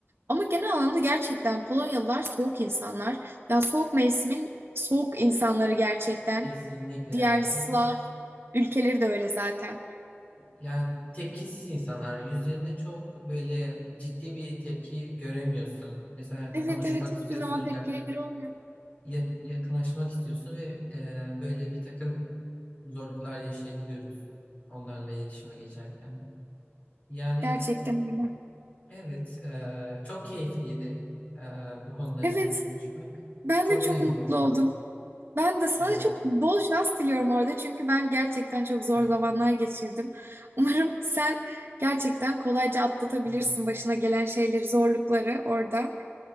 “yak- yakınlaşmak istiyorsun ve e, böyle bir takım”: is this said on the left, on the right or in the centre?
Left